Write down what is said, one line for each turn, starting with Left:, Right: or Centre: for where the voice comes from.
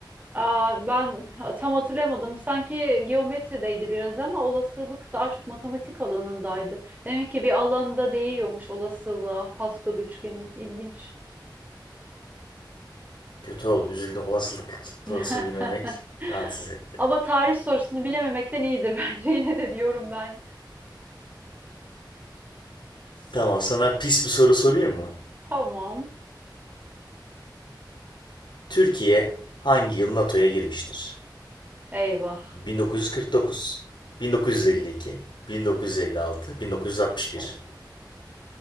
Right: Aa, ben tam hatırlamadım. Sanki geometrideydi biraz ama olasılık daha çok matematik alanındaydı. Demek ki bir alanda değiyormuş olasılığa Pascal üçgeni. İlginç.
Left: Kötü oldu üzüldüm olasılık
Right: <laughs>
Left: sorusu bilmemek rahatsız etti.
Right: Ama tarih sorusunu bilememekten iyidir <laughs> bence. Yine de diyorum ben.
Left: Tamam sana pis bir soru sorayım mı?
Right: Tamam.
Left: Türkiye hangi yıl NATO'ya girmiştir?
Right: Eyvah.
Left: 1949, 1952, 1956, 1961.